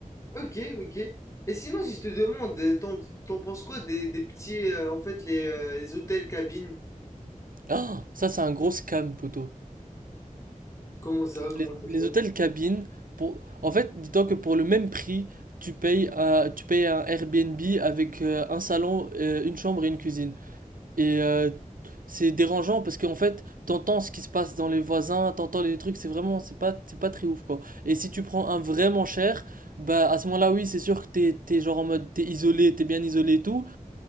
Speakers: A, on the left; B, on the right.
A: Ok, ok. Et sinon, si je te demande, euh, t'en t'en penses quoi des, des petits, euh, en fait, les, euh, les hôtels cabines?
B: Ah, ça, c'est un gros scam, poteau.
A: Comment ça,
B: Les,
A: comment ça
B: les
A: se fait?
B: hôtels cabines, pour... en fait, dis-toi que pour le même prix, tu payes, euh, tu payes un Airbnb avec euh, un salon, euh, une chambre et une cuisine. Et euh, c'est dérangeant parce qu'en fait, t'entends ce qui se passe dans les voisins, t'entends les trucs, c'est vraiment, c'est pas, c'est pas très ouf quoi. Et si tu prends un vraiment cher, bah à ce moment-là, oui, c'est sûr que t'es, t'es genre en mode, t'es isolé, t'es bien isolé et tout.